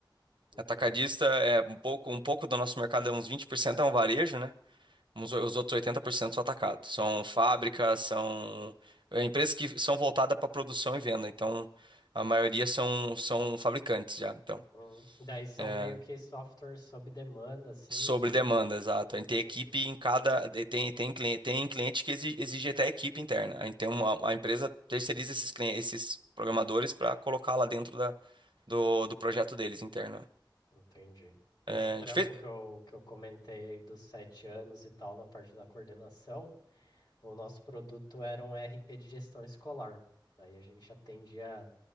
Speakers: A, on the left; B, on the right.
A: Entendi.
B: Atacadista é um pouco, um pouco do nosso mercado, é uns 20% é um varejo, né? Uns- Os outros 80% são atacados. São fábricas, são é, empresas que são voltadas para produção e venda. Então, a maioria são, são fabricantes já. Então.
A: Hum, Daí são
B: É,
A: meio que softwares sob demanda, assim,
B: Sobre
A: o que
B: demanda,
A: eu
B: exato. A gente tem equipe
A: entendi.
B: em cada. Tem, tem, cliente, tem cliente que exi- exige, até equipe interna. A gente tem uma, a empresa terceiriza esses, clien- esses programadores para colocar lá dentro da, do, do projeto deles interno.
A: Entendi. Esse
B: É,
A: trampo
B: a gente fez.
A: que eu, que eu comentei aí dos sete anos e tal, na parte da coordenação, o nosso produto era um RP de gestão escolar. Daí a gente atendia